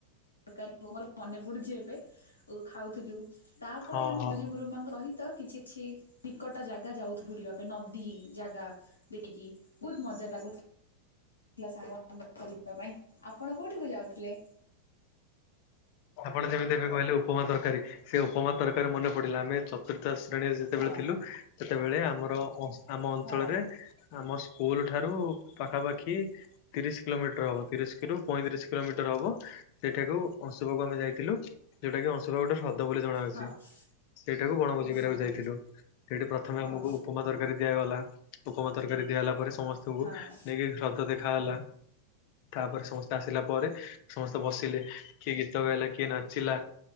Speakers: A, on the left (about 75°); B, on the left (about 45°).
A: ରକରୀରୁ ମୋର ମନେ ପଡୁଛି ଏବେ ଓ ଖାଉଥିଲୁ ତାପରେ
B: ହଁ
A: ଆମେ
B: ହଁ।
A: ଗୁରୁଜୀ ଗୁରୁମାଙ୍କ ସହିତ କିଛି କିଛି ନିକଟ ଜାଗା ଯାଉଥୁ ବୁଲିବା ପାଇଁ ନଦୀ ଜାଗା ଦେଖିକି ବହୁତ ମଜା ଲାଗୁଥ ଥିଲା ସାଙ୍ଗମାନଙ୍କ <unintelligible> ଯିବା ପାଇଁ ଆପଣ କୋଉଠିକୁ ଯାଉଥିଲେ?
B: ଆପଣ ଯେମିତି ଏବେ କହିଲେ ଉପମା ତରକାରୀ ସେ ଉପମା ତରକାରୀ ମନେ ପଡିଲା ଆମେ ଚତୁର୍ଥ ଶ୍ରେଣୀରେ ଯେତେବେଳେ
A: ହଁ
B: ଥିଲୁ ସେତେବେଳେ ଆମ ଆମର ଅଂଶ ଆମ ଅଞ୍ଚଳରେ
A: ହଁ
B: ଆମ ସ୍କୁଲଠାରୁ ପାଖାପାଖି ତିରିଶ କିଲୋମିଟର ହବ ତିରିଶରୁ ପଇଁତିରିଶ କିଲୋମିଟର ହବ ସେଇଠାକୁ ଅଶୁଂପାକୁ ଆମେ ଯା ଯାଇଥିଲୁ ଯୋଉଟା କି ଅଶୁଂପା ଗୋଟେ ହ୍ର ଦ ବୋଲି ଜଣାଅଛି
A: ହଁ
B: ସେଇଟାକୁ ବଣଭୋଜି କରିବାକୁ
A: ହଁ ହଁ
B: ଯାଇଥିଲୁ। ସେଠି ପ୍ରଥମେ ଆମକୁ
A: ହଁ
B: ଉପମା ତରକାରୀ ଦିଆଗଲା ଉପମା ତରକାରୀ ଦିଆହେଲା ପରେ ସମସ୍ତଙ୍କୁ
A: ହଁ ହଁ
B: ନେଇକି ହ୍ରଦ ଦେଖା ହେଲା। ତାପରେ ସମସ୍ତେ ଆସିଲା ପରେ ସମସ୍ ସ୍ତେ ବସିଲେ କିଏ ଗୀତ ଗାଇଲା କିଏ ନାଚିଲା